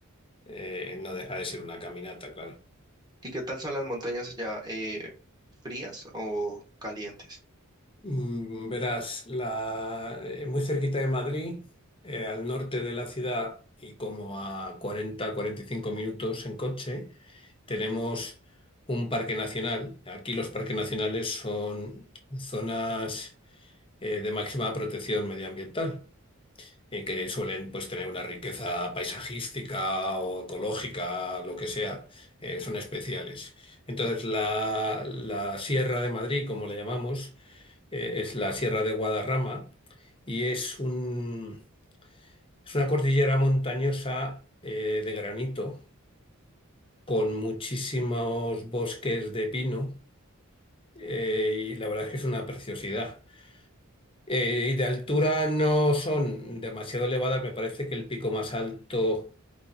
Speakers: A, on the left; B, on the right.
A: eh, no deja de ser una caminata, claro.
B: ¿Y qué tal son las montañas allá? eh, ¿frías o calientes?
A: Mm, Verás, la, eh, muy cerquita de Madrid, eh, al norte de la ciudad y como a 40-45 minutos en coche, tenemos un parque nacional. Aquí los parques nacionales son zonas eh, de máxima protección medioambiental, eh, que suelen pues, tener una riqueza paisajística o ecológica, lo que sea, eh, son especiales. Entonces, la, la Sierra de Madrid, como la llamamos, eh, es la Sierra de Guadarrama y es un, es una cordillera montañosa eh, de granito con muchísimos bosques de pino eh, y la verdad es que es una preciosidad. Eh, y de altura no son demasiado elevadas, me parece que el pico más alto